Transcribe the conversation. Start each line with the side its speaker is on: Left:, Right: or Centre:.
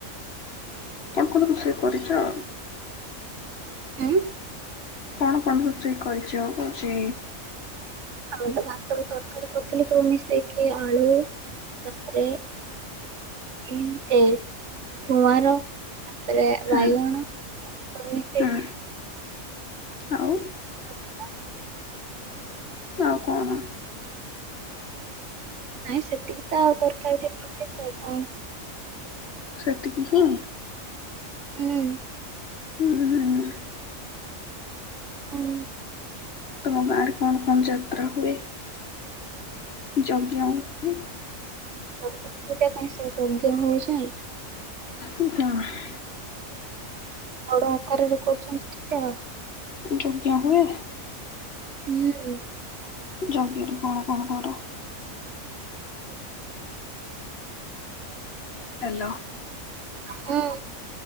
Left: କଣ କଣ ରୋଷେଇ କରିଛ।
Right: ଉଁ।
Left: କଣ କଣ ରୋଷେଇ କରିଚ କଉଛି।
Right: ଆମେ ତ ଭାତ କୁ ତରକାରୀ କରୁଥିଲୁ ସବୁ ମିଶେଇକି ଆଳୁ ତାପରେ ବିମ୍ସ ଗୁଆଁର ତାପରେ
Left: ହୁଁ
Right: ବାଇଗଣ ଏମିିତି ସବୁ ମିଶେଇକି
Left: ହୁଁ ଆଉ।
Right: ଆଉ ତମରୀ।
Left: ଆଉ କଣ।
Right: ନାଇଁ ସେତିକି ତ ଆଉ ତରକାରୀ <unintelligible> ଆଉ କଣ।
Left: ସେତିକି ହିଁ।
Right: ଉଁ।
Left: ହୁଁ ହୁଁ।
Right: ହୁଁ।
Left: ତମ ଗାଁ ରେ କଣ କଣ ଯାତ୍ରା ହୁଏ ଯଜ୍ଞ ହୁଏ ନି କି।
Right: ସରସ୍ୱତୀ ପୂଜା ପାଇଁ ସବୁ ଯଜ୍ଞ ହଉଛି।
Left: <unintelligible>
Right: ବଡ ଆକାରରେ କରୁଛନ୍ତି ଟିକେ ଆଉ
Left: ଯଜ୍ଞ ହୁଏ।
Right: ହୁଁ।
Left: ଯଜ୍ଞରେ କଣ କଣ କର? ହାଲୋ।
Right: ହୁଁ।